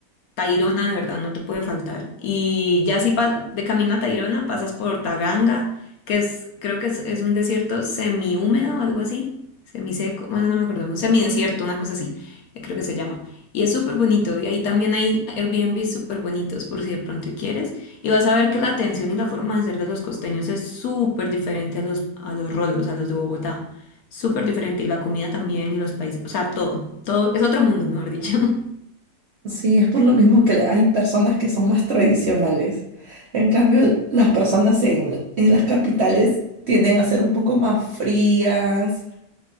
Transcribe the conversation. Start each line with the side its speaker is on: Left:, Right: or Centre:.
Left: Tayrona de verdad no te puede faltar. Y ya si pa- de camino a Tayrona pasas por Taganga, que es, creo que es, es un desierto semihúmedo, algo así, semiseco, bueno, no me acuerdo, un semidesierto, una cosa así, eh, creo que se llama. Y es súper bonito, y ahí también hay Airbnb súper bonitos, por si de pronto quieres. Y vas a ver que la atención y la forma de ser de los costeños es súper diferente a los, a los rolos, a los de Bogotá. Súper diferente, y la comida también, y los países, o sea, todo, todo, es otro mundo, mejor dicho. <laughs>
Right: Sí, es por lo mismo que le- hay personas que son más tradicionales. En cambio, las personas en, en las capitales tienden a ser un poco más frías,